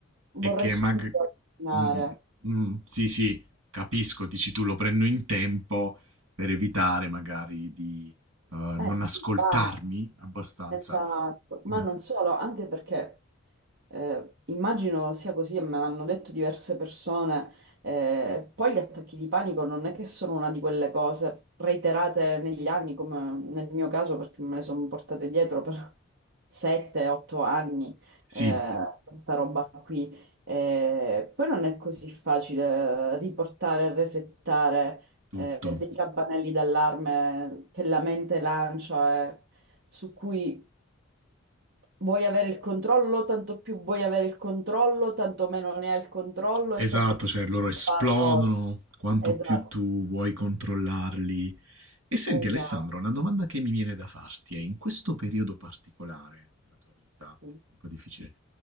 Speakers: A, on the right; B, on the right.
A: vorrei
B: è che
A: subito
B: mag-
A: alternare.
B: mm, mm, mm, sì, sì, capisco, dici tu lo prendo in tempo per evitare magari di eh,
A: Eh
B: non
A: sì,
B: ascoltarmi
A: guarda,
B: abbastanza.
A: esatto, ma
B: Mm,
A: non solo, anche perché eh, immagino sia così e me l'hanno detto diverse persone, eh, poi gli attacchi di panico non è che sono una di quelle cose reiterate negli anni, come nel mio caso, perché me le sono portate dietro per 7-8 anni,
B: Sì,
A: eh, questa roba qui. Eh, poi non è così facile riportare e resettare
B: tutto.
A: eh, dei campanelli d'allarme che la mente lancia, eh, su cui vuoi avere il controllo, tanto più vuoi avere il controllo, tanto meno ne hai il controllo
B: Esatto,
A: e tanto più
B: cioè loro esplodono
A: parroti.
B: quanto
A: Esatto,
B: più tu vuoi controllarli. E senti
A: esatto,
B: Alessandro, una domanda che mi viene da farti è in questo periodo particolare della tua vita,
A: sì.
B: un po' difficile,